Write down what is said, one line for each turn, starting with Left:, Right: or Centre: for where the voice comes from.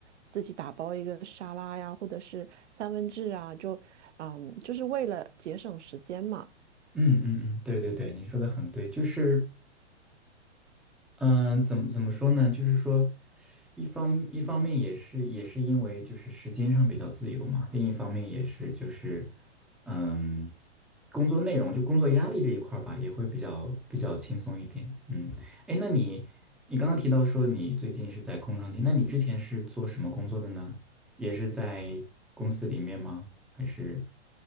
Right: 自己打包一个沙拉呀，或者是三文治啊，就嗯，就是为了节省时间嘛。
Centre: 嗯嗯嗯，对对对，你说的很对，就是嗯，怎么怎么说呢？就是说，一方一方面也是也是因为就是时间上比较自由嘛，另一方面也是就是，嗯，工作内容就工作压力这一块儿吧，也会比较比较轻松一点。嗯，哎，那你你刚刚提到说你最近是在空窗期，那你之前是做什么工作的呢？也是在公司里面吗？还是